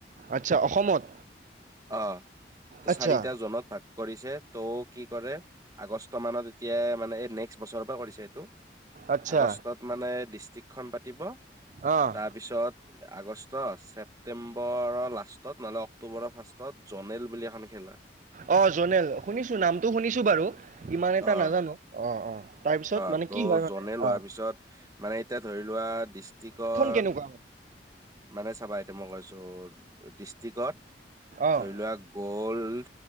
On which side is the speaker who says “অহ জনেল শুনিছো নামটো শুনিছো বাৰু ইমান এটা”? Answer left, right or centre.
Right